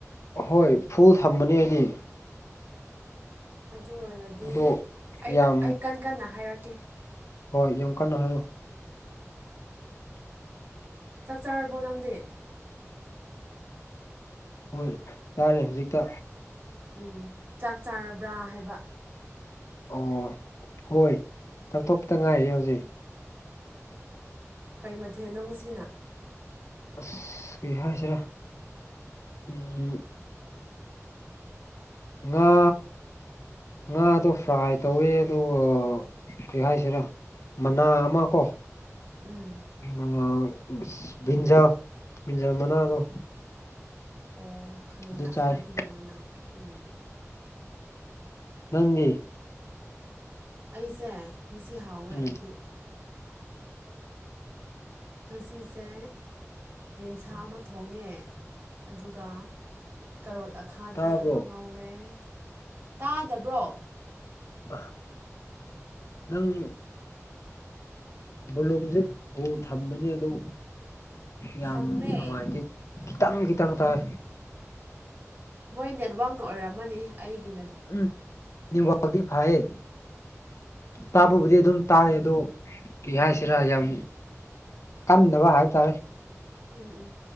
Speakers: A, on the left; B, on the right.
A: ꯍꯣꯏ ꯐꯨꯜ ꯊꯝꯕꯅꯦ ꯑꯩꯗꯤ
B: ꯑꯗꯨ ꯑꯣꯏꯔꯗꯤ
A: ꯑꯗꯣ
B: ꯑꯩ
A: ꯌꯥꯝ
B: ꯑꯩ ꯀꯟ ꯀꯟꯅ ꯍꯥꯏꯔꯛꯀꯦ
A: ꯍꯣꯏ ꯌꯥꯝ ꯀꯟꯅ ꯍꯥꯏꯌꯨ
B: ꯆꯥꯛ ꯆꯥꯔꯕꯣ ꯅꯪꯗꯤ
A: ꯍꯣꯏ ꯆꯥꯔꯦ ꯍꯧꯖꯤꯛꯇ
B: ꯎꯝ ꯆꯥꯛ ꯆꯥꯔꯕ꯭ꯔꯥ ꯍꯥꯏꯕ
A: ꯑꯣ ꯍꯣꯏ ꯆꯥꯛ ꯇꯣꯛꯇ ꯉꯥꯏꯔꯤ ꯍꯧꯖꯤꯛ
B: ꯀꯩ ꯃꯊꯦꯜꯅꯣ ꯉꯁꯤ
A: ꯑꯁ ꯀꯩ ꯍꯥꯏꯁꯤꯔꯥ ꯎꯝ ꯉꯥ ꯉꯥꯗꯣ ꯐ꯭ꯔꯥꯏ ꯇꯧꯋꯦ ꯑꯗꯨꯒ ꯀꯔꯤ ꯍꯥꯏꯁꯤꯔꯥ ꯃꯅꯥ ꯑꯃ ꯀꯣ
B: ꯎꯝ
A: ꯃꯅꯥ ꯕ꯭ꯔꯤꯟꯖꯥꯜ ꯕ꯭ꯔꯤꯟꯖꯥꯜ ꯃꯅꯥꯗꯣ
B: ꯑꯣ ꯈꯥꯃꯦꯟ
A: ꯑꯗꯨ
B: ꯑꯈꯥꯕꯤꯒꯤ
A: ꯆꯥꯏ
B: ꯃꯅꯥ ꯎꯝ
A: ꯅꯪꯗꯤ
B: ꯑꯩꯁꯦ ꯉꯁꯤ ꯍꯥꯎꯋꯦ
A: ꯎꯝ
B: ꯑꯩꯗꯤ ꯉꯁꯤꯁꯦ ꯌꯦꯟꯁꯥ ꯑꯃ ꯊꯣꯡꯉꯦ ꯑꯗꯨꯒ ꯀꯔꯣꯠ ꯑꯈꯥꯕꯤ
A: ꯇꯥꯕ꯭ꯔꯣ
B: ꯑꯃ ꯉꯧꯋꯦ ꯇꯥꯗꯕ꯭ꯔꯣ
A: ꯑꯥ ꯅꯪ ꯚꯣꯂꯨꯝꯁꯦ ꯐꯨꯜ ꯊꯝꯕꯅꯤ ꯑꯗꯨ ꯌꯥꯝ
B: ꯊꯝꯃꯦ
A: ꯅꯨꯡꯉꯥꯏꯇꯦ ꯈꯤꯇꯪ ꯈꯤꯇꯪ ꯇꯥꯏ
B: ꯃꯣꯏ ꯅꯦꯠꯋꯥꯛꯅ ꯑꯣꯏꯔꯝꯃꯅꯤ ꯑꯩꯒꯤ
A: ꯎꯝ ꯅꯦꯠꯋꯥꯔꯛꯇꯤ ꯐꯩ ꯇꯥꯕꯕꯨꯗꯤ ꯑꯗꯨꯝ ꯇꯥꯏ ꯑꯗꯨ ꯀ꯭ꯔꯤ
B: ꯎꯝ
A: ꯍꯥꯏꯁꯤꯔ ꯌꯥꯝ ꯀꯟꯗꯕ ꯍꯥꯏꯕ ꯇꯥꯔꯦ
B: ꯎꯝ ꯎꯝ